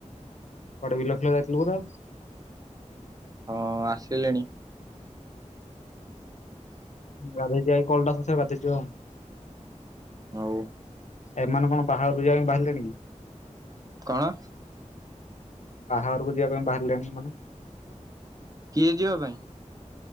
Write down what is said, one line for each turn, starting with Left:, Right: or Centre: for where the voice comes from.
Left: କୁଆଡେ ବିଲଖିଲ ଯାଇଥିଲୁ ବୋଧେ
Right: ହଁ ଆସିଲେଣି
Left: ଗାଧେଇକି ଆଇ କଲଟା ଶେଷ ଗାଧୋଇଛି ଆଉ
Right: ହଉ
Left: ଏମାନେ କଣ ବାହାରୁ ଯିବା ପାଇଁ ବାହାରିଲେଣି କି
Right: କଣ
Left: ବାହାହାରକୁ ଯିବା ପାଇଁ ବାହାରିଲେଣି ମାନେ
Right: କିଏ ଯିବା ପାଇଁ